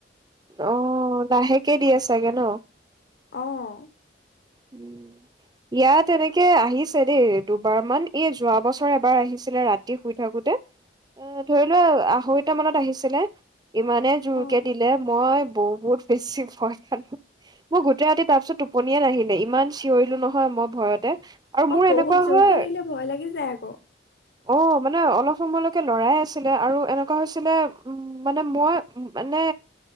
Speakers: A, on the right; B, on the left.
A: অ লাহেকে দিয়ে চাগে ন
B: আহ
A: উ ইয়াত এনেকে আহিছে দেই দুবাৰ মান এই যোৱা বছৰ এবাৰ আহিছিলে ৰাতি শুই থাকোতে। অ ধৰি লোৱা আহৰিত মানত আহিছিলে ইমানে জোৰকে
B: অ
A: দিলে মই। বহুত বেছি ভয় খাল মই গোটেই ৰাতি তাৰ পিছত টোপনিয়ে নাহিলো। ইমান চিঞৰিলো নহয় মই ভয়তে। আৰু মোৰ
B: অ বহুত
A: এনেকুৱা
B: জোৰকে
A: হয়
B: আহিলে ভয় লাগি যায় আকৌ।
A: অ মানে অলপ সময়লৈকে লৰাই আছিলে আৰু এনেকুৱা হৈছিলে উ মানে মই মানে